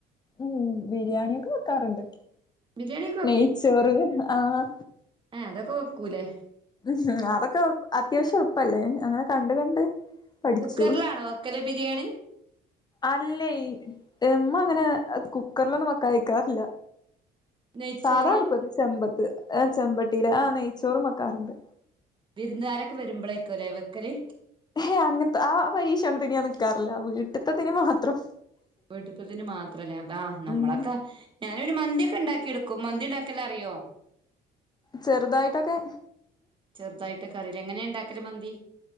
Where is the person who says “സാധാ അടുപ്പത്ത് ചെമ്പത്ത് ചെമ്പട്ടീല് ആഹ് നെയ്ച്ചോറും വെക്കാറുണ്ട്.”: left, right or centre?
Left